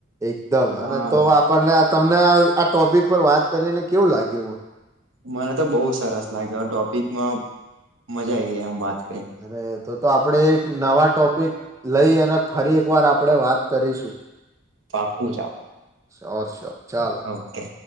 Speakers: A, on the right; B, on the right.
A: એકદમ
B: હા
A: અને તો આપણને તમને આ ટોપિક પર વાત કરીને કેવું લાગ્યું?
B: મને તો બોઉ સરસ લાગ્યો ટોપિકમાં મજા આઈ ગઈ આમ વાત કરીને
A: અરે તો તો આપડે એક નવા ટોપિક લઈ અને ફરી એક વાર આપણેે વાત કરીશું,
B: પાકું જ
A: શ્યોર શ્યોર
B: <unintelligible>
A: ચાલો
B: ઓ કે,